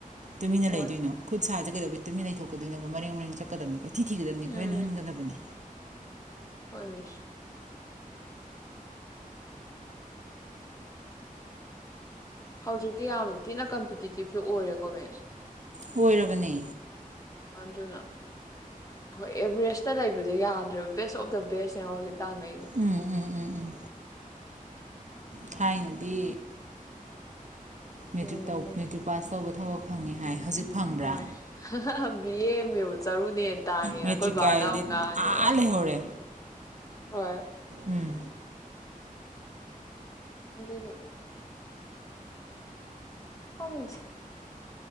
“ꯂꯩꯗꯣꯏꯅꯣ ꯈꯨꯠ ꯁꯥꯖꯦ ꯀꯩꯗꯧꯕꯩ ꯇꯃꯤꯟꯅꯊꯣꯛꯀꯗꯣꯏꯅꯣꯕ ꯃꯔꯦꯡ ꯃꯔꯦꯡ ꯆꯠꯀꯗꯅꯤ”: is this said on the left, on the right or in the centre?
Right